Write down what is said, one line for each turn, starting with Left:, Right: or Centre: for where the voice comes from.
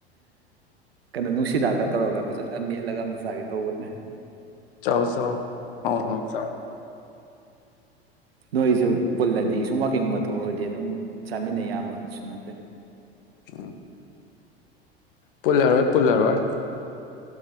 Right: ꯀꯩꯅꯣ ꯅꯨꯡꯁꯤꯗꯥꯛꯀ ꯇꯧꯔꯒ ꯐꯖꯅ ꯃꯦꯠꯂꯒ ꯑꯝꯇ ꯆꯥꯒꯦ ꯇꯧꯕꯅꯦ
Left: ꯆꯥꯎ ꯁꯣ ꯍꯥꯎ ꯍꯥꯎ ꯆꯥꯎ
Right: ꯅꯣꯏꯁꯨ ꯄꯨꯜꯂꯗꯤ ꯁꯨꯝ ꯥꯛꯀꯤꯡꯒꯨꯝꯕ ꯊꯣꯛꯎꯔꯗꯤ ꯑꯗꯨꯝ ꯆꯥꯃꯤꯟꯅ ꯌꯥꯕ ꯑꯗꯨꯁꯨ ꯅꯠꯇꯦ
Left: ꯎ ꯄꯣꯜꯂꯥꯔꯋꯥꯣꯏ ꯄꯣꯜꯂꯥꯔꯋꯥꯔ